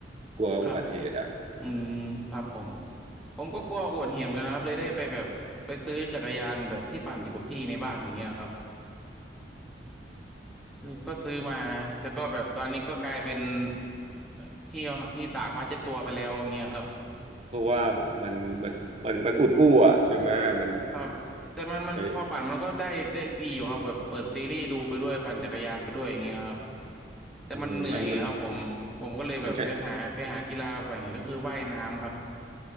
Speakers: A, on the right; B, in the centre.
A: กลัวอุบัติเหตุอ่ะ
B: ครับอืมครับผมผมก็กลัวปวดเห็นเหมือนกันนะครับเลยได้ไปแบบไปซื้อจักรยานแบบที่ปั่นอยู่กับที่ในบ้านอย่างเงี้ยครับ ซื้อก็ซื้อมาแต่ก็แบบตอนนี้ก็กลายเป็นเอ่อที่อที่ตากผ้าเช็ดตัวไปแล้วอย่างเงี้ยครับ
A: เพราะว่ามันมันมันมันอุดอู้อ่ะใช่ไหมมัน
B: <laughs> ครับแต่มันมันพอปั่นมันก็ได้ได้ดีอยู่ครับแบบเปิดซีรีส์ดูไปด้วยปั่นจักรยานไปด้วยอย่างเงี้ยครับ
A: ไป
B: แต่มันเหนื่อยครับผมผมก็เลยแบบไปหาไปหากีฬาใหม่ก็คือว่ายน้ำครับ
A: อืมมันมันมันใช่